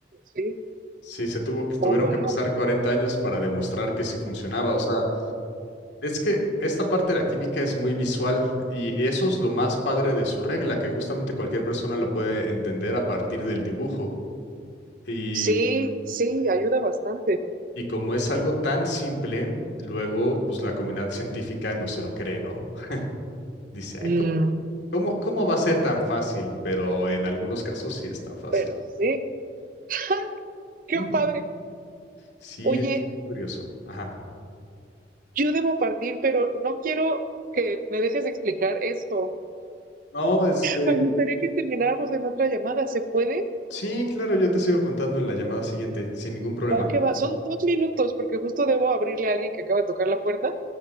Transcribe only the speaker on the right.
Sí,
oh, wow.
Sí, sí, ayuda bastante.
Mm,
pero sí. <laughs> Qué
padre.
Oye,
yo debo partir, pero no quiero que me dejes de explicar esto.
Me gustaría que termináramos en otra llamada. ¿Se puede?
Va que va. Son dos minutos porque justo debo abrirle a alguien que acaba de tocar la puerta.